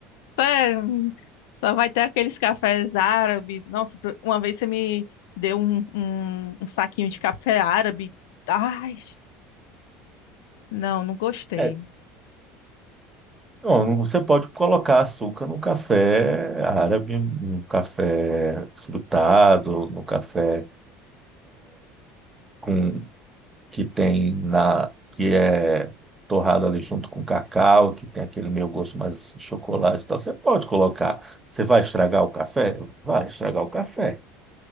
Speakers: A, on the left; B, on the right.
A: Sério, menino. só vai ter aqueles cafés árabes. Nossa, tu- uma vez você me deu um, um, um saquinho de café árabe. Ai, não, não gostei.
B: É, não, você pode colocar açúcar no café árabe, no café frutado, no café com que tem na que é torrado ali junto com cacau, que tem aquele meio gosto mais assim, de chocolate e tal. Você pode colocar. Você vai estragar o café? Vai estragar o café,